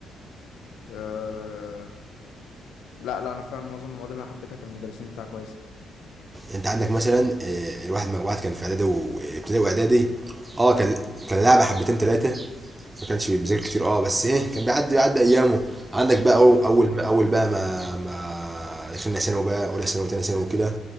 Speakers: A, on the left; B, on the right.
A: فحبه لا لا انا فعلا معظم المواد اللي انا حبيتها كان المدرسين بتاعها كويسه
B: انت عندك مثلا آه، الواحد واحد كان في اعدادي وابتدائي واعدادي اه كان كان لعبه حبتين ثلاثه ما كانش بيذاكر كتير اه بس ايه كان بيعدي بيعدي ايامه عندك بقى أو- اول
A: مم.
B: اول بقى ما ما دخلنا ثانوي بقى اولى ثانوي وثانيه ثانوي وكده